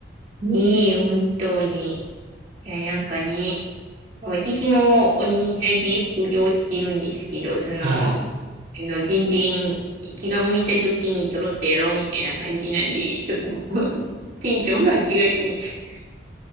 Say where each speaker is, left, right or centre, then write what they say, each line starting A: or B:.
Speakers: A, on the right; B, on the right.
A: ねえ、本当に。いや、なんかね、私も同じ副業してるんですけど、その、
B: <laughs> はい。
A: あの、全然気が向いた時にちょろっとやろうみたいな感じなんで、ちょっともう <laughs> テンションが違いすぎて。